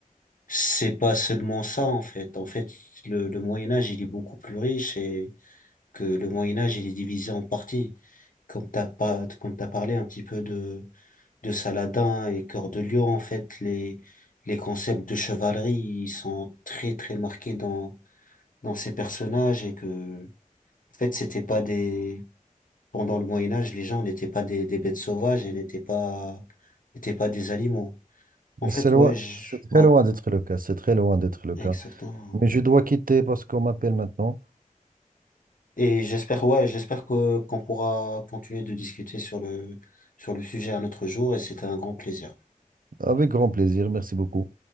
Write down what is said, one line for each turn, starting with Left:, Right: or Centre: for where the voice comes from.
Left: c'est pas seulement ça, en fait. En fait, le, le Moyen Âge, il est beaucoup plus riche et que le Moyen Âge, il est divisé en parties. Comme t'as pas, comme t'as parlé un petit peu de, de Saladin et Cœur de Lion, en fait, les, les concepts de chevalerie, ils sont très, très marqués dans, dans ces personnages et que, en fait, c'était pas des, pendant le Moyen-Âge, les gens n'étaient pas des, des bêtes sauvages et n'étaient pas, n'étaient pas des animaux. En fait,
Right: C'est loin,
Left: ouais, je-
Right: c'est très
Left: ouais,
Right: loin d'être le cas, c'est très loin d'être le
Left: exactement.
Right: cas. Mais je dois quitter parce qu'on m'appelle maintenant.
Left: Et j'espère, ouais, j'espère que, qu'on pourra continuer de discuter sur le, sur le sujet un autre jour et c'était un grand plaisir.
Right: Avec grand plaisir, merci beaucoup.